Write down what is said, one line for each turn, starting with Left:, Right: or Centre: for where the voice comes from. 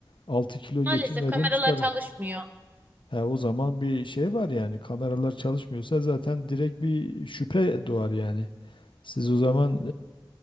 Left: 6 kilo geçirmediğim
Right: Maalesef kameralar
Left: çıkarır.
Right: çalışmıyor.
Left: He, o zaman bir şey var yani kameralar çalışmıyorsa zaten direkt bir şüphe doğar yani. Siz o zaman